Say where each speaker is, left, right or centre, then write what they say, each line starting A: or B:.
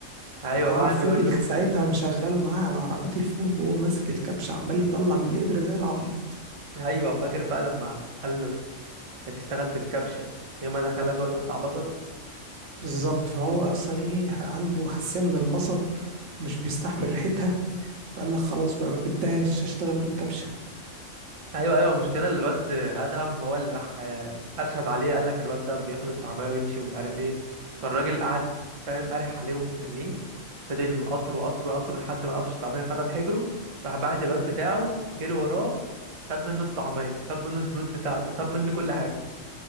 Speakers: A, on the right; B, on the right.
A: ايوه
B: الراجل
A: وقعد
B: فضل
A: يقول له
B: ساعتها مشغله معاه على عربية الفول وهو ماسك الكبش عمال يطلع من القدرة زي العبيط
A: ايوه فاكر بقى لما قال له يا تشتغل بالكبشه يا ما دخلها جوه تقطع بصل
B: بالظبط فهو اصلا ايه عنده حساسية من البصل ومش بيستحمل ريحتها فقال لك خلاص بقى ما بدهاش اشتغل بالكبشة
A: ايوه ايوه مش كده الواد ادهم هو اللي راح آه، ارشد عليه قال لك الواد ده بياخد الطعميه ويمشي ومش عارف ايه فالراجل قعد فاهم قارح عليه ومستنيه فضل مقطره قطره قطره لحد ما قفش الطعميه خدها بحجره راح بعت الواد بتاعه جري وراه خد منه الطعميه خد منه الفلوس بتاعته خد منه كل حاجه